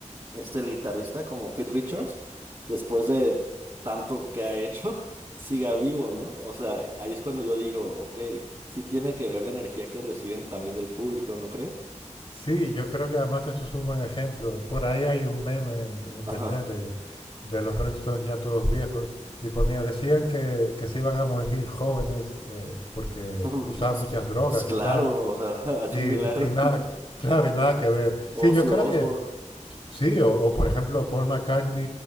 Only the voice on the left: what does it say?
Sí, yo creo que además eso es un buen ejemplo. Por ahí hay un meme en, en internet
de, de los Rolling Stones ya todos viejos y ponía, decían que, que se iban a morir jóvenes eh, porque
usaban
muchas drogas
y tal.
Y,
y nada,
que- claro, y nada que ver. Sí,
yo creo
que Sí, o, o, por ejemplo Paul McCartney